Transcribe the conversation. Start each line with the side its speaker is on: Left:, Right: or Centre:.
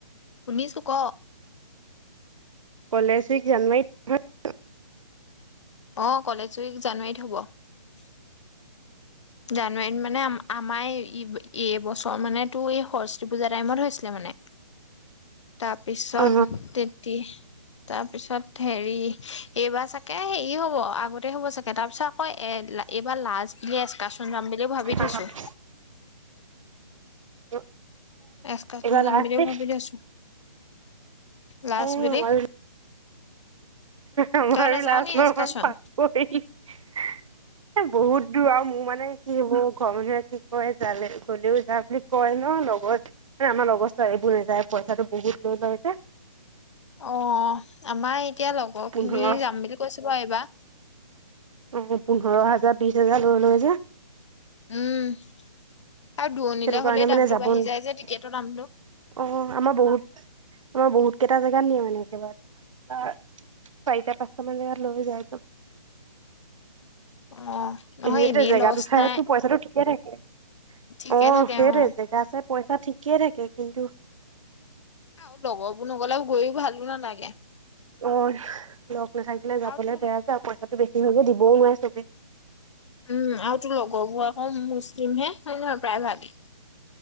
Left: শুনিছো ক।
Right: কলেজ উইক জানুৱাৰীত হয় জানো?
Left: অ কলেজ উইক জানুৱাৰীত হ'ব। জানুৱাৰীত মানে আমাৰ এই ইব এই বছৰ মানে তোৰ এই সৰস্বতী পূজাৰ টাইমত হৈছিলে মানে। তাৰপিছত
Right: অ
Left: তেতি তাৰপিছত হেৰি এইবাৰ চাগে হেৰি হ'ব আগতে হ'ব চাগে তাৰপিছত আকৌ এ এইবাৰ লাজখিনি এস্কাচন যাম বুলিও ভাবি থৈছো।
Right: অ অ
Left: এস্কাচন
Right: এইবাৰ
Left: যাম
Right: লাষ্ট
Left: বুলিও
Right: দেই,
Left: ভাবি থৈছো । লাষ্ট
Right: এ
Left: বুলি
Right: আমাৰো আমাৰো
Left: তই নাযাও
Right: লাজ
Left: নি
Right: নহয়
Left: এস্কাচন
Right: <unintelligible> এ বহুত দূৰ আৰু মোৰ মানে কি হ'ব ঘৰ মানুহে কি কয় যালে গলেও যা বুলি কয় ন লগত আমাৰ লগৰ ছোৱালীবোৰ নেযায় পইচাটো বহুত লৈ লয় যে।
Left: অ আমাৰ এতিয়া লগৰখিনি
Right: পোন্ধৰ
Left: যাম বুলি কৈছে বাৰু এইবা।
Right: উম পোন্ধৰ হাজাৰ বিশ হাজাৰ লৈ লয় যে।
Left: উম', আৰু দূৰণিলে
Right: সেইটো
Left: হলে
Right: কাৰণে মানে
Left: দামটো
Right: যাব
Left: বাঢ়ি
Right: নোৱাৰো
Left: যায় যে টিকেটৰ দামটো
Right: অহ ', আমাৰ বহুত আমাৰ বহুত। কেইটা জেগাত নিয়ে মানে একেবাৰটে? চাৰিটা পাঁচটা মান জেগাত লৈ যায় ন।
Left: অ নহয়
Right: সেইটোৱে
Left: এনেই
Right: জেগাটো
Left: লছ
Right: চাইটো
Left: নাই
Right: পইচাটো ঠিকে থাকে।
Left: ঠিকে
Right: অহ
Left: থাকে
Right: ', সেইটোৱে
Left: অ
Right: জেগা চব। পইচা ঠিকেই থাকে কিন্তু।
Left: আৰু লগৰবোৰ নগলেও গৈও ভালো নালাগে।
Right: অহ ', লগ নাথাকিলে যাবলে
Left: আৰু তোৰ
Right: বেয়া পাওঁ মই। কটো বেছি হৈগে দিবও নোৱাৰে চবে।
Left: উম', আৰুতো লগৰবোৰ আকৌ মুছলিমহে হয়, নহয় প্ৰায় ভাবি